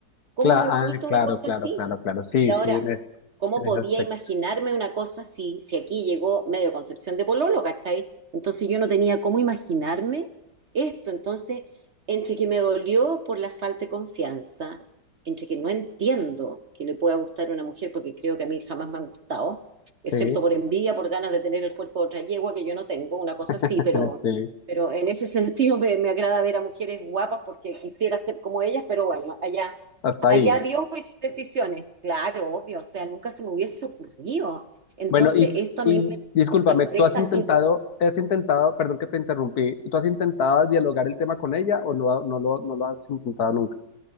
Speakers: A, on the right (about 50°); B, on the left (about 60°).
A: ¿Cómo
B: Cla-
A: me oculto
B: ah, claro,
A: una cosa
B: claro,
A: así?
B: claro, claro. Sí,
A: Y ahora,
B: sí, en, e-
A: ¿cómo
B: en
A: podía
B: ese aspecto.
A: imaginarme una cosa así si aquí llegó medio Concepción de Pololo, ¿cachai? Entonces yo no tenía cómo imaginarme esto. Entonces, entre que me dolió por la falta de confianza, entre que no entiendo que le pueda gustar a una mujer, porque creo que a mí jamás me han gustado, excepto
B: Sí,
A: por envidia, por ganas de tener el cuerpo de otra yegua que yo no tengo, una cosa así,
B: <laughs>
A: pero...
B: sí,
A: Pero en ese sentido me, me agrada ver a mujeres guapas porque quisiera ser como ellas, pero bueno, allá
B: hasta ahí.
A: Allá Dios y sus decisiones. Claro, obvio, o sea, nunca se me hubiese ocurrido. Entonces,
B: Bueno, y,
A: esto
B: y
A: a mí me tomó
B: discúlpame,
A: por sorpresa
B: ¿tú has intentado, has intentado, perdón que te interrumpí, ¿tú has intentado dialogar el tema con ella o no, no lo, no lo has intentado nunca?